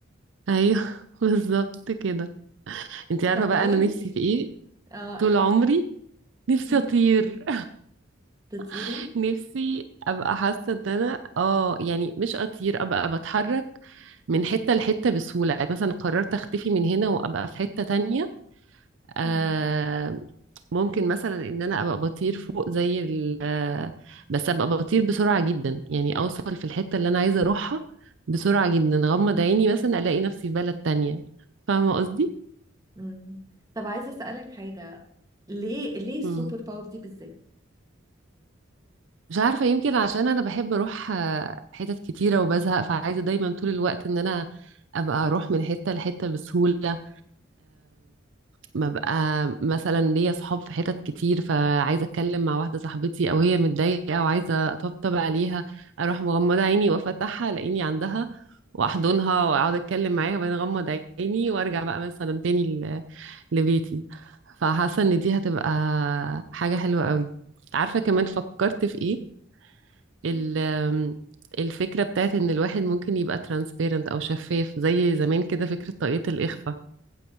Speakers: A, on the right; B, on the right.
A: ايوه <laughs> بالظبط كده انتي عارفة
B: طب
A: بقى
B: لو
A: انا
B: انتي
A: نفسي في ايه
B: اه
A: طول
B: ايه
A: عمري نفسي
B: مم.
A: اطير
B: تطيري
A: <laughs> نفسي ابقى حاسة ان انا اه يعني مش اطير ابقى بتحرك من حتة لحتة بسهولة يعني مثلا قررت اختفي من هنا وابقى في حتة تانية آه
B: مم.
A: ممكن مثلا ان انا ابقى بطير فوق زي ال آه، بس ابقى بطير بسرعة جدا يعني اوصل في الحتة اللي انا عايزة اروحها بسرعة جدا غمض عيني مثلا الاقي نفسي في بلد تانية فاهمة قصدي؟
B: مم. طب عايزة اسألك حاجة ليه ليه السوبر
A: مم.
B: باور دي بالذات
A: مش عارفة يمكن عشان أنا بحب أروح آه، حتت كتيرة وبزهق فعايزة دايما طول الوقت إن أنا أبقى أروح من حتة لحتة بسهولة ببقى مثلا ليا صحاب في حتت كتير فعايزه اتكلم مع واحده صاحبتي او هي متضايقه وعايزه اطبطب عليها اروح مغمضه عيني وافتحها الاقيني عندها واحضنها واقعد اتكلم معاها وبعدين اغمض عيني وارجع بقى مثلا تاني ل- لبيتي فحاسه ان
B: مم.
A: دي هتبقى حاجه حلوه قوي عارفه كمان فكرت في ايه ال-
B: مم.
A: الفكره بتاعت ان الواحد ممكن يبقى ترانسبيرنت او شفاف زي زمان كده فكره طاقية الاخفاء